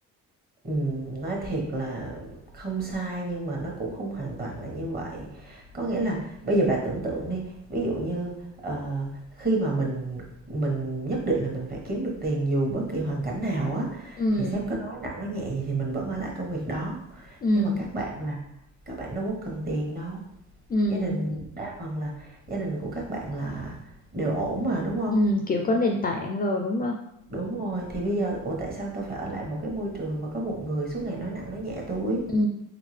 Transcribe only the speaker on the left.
ừ
ừ
ừ
ừ kiểu có nền tảng rồi đúng không
ừ